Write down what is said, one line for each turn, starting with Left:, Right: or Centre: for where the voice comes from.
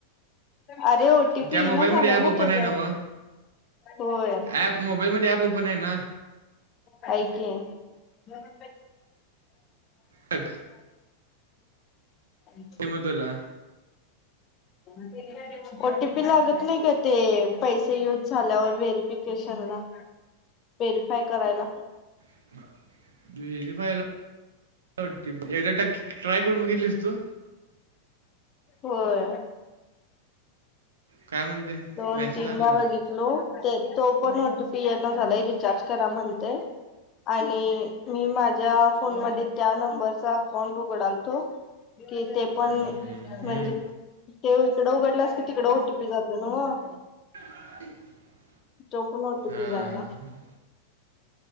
Left: अरे ओ टी पी
Right: त्या मोबाईलमध्ये
Left: हे ना झालंय
Right: ॲप ओपन
Left: ना त्यांच्यावर.
Right: आहे व
Left: होय.
Right: ॲप मोबाईलमध्ये ॲप ओपन आहे ना
Left: हायकी मगं
Right: बघ
Left: <unintelligible> <unintelligible>
Right: म तुला.
Left: <unintelligible> ओटीपी लागत नाही का ते, पैसे युज झाल्यावर व्हेरीफिकेशन ला. व्हेरीफाय करायला.
Right: <unintelligible> एकदा टक्के ट्राय करून बघितलीस तू,
Left: होय.
Right: काय म्हणते,
Left: दोन
Right: मॅसेज
Left: तीनदा
Right: आला ना
Left: बघितलो ते तो, पण ओ टी पी येईना झालंय रिचार्ज करा म्हणते. आणि मी माझ्या फोनमध्ये, त्या नंबरचा अकाउंट उघडालतो. कि ते पण
Right: हम्म, हम्म.
Left: म्हणजे ते, इकड उघडलंस की तिकडं ओटीपी नव.
Right: <inaudible>
Left: तो पण ओटीपी
Right: हा.
Left: जाईना.